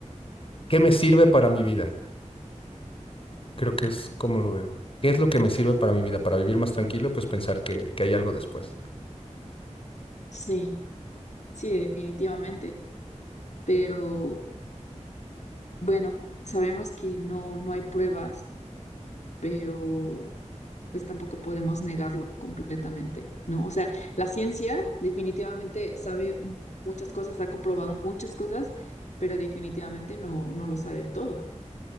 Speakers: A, on the left; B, on the left.
A: qué me sirve para mi vida? Creo que es como lo veo. ¿Qué es lo que me sirve para mi vida? Para vivir más tranquilo, pues pensar que, que hay algo después,
B: Sí, sí, definitivamente. Pero bueno, sabemos que no, no hay pruebas, pero pues tampoco podemos negarlo completamente, ¿no? O sea, la ciencia definitivamente sabe mu- muchas cosas, ha comprobado muchas cosas, pero definitivamente no, no lo sabe todo. O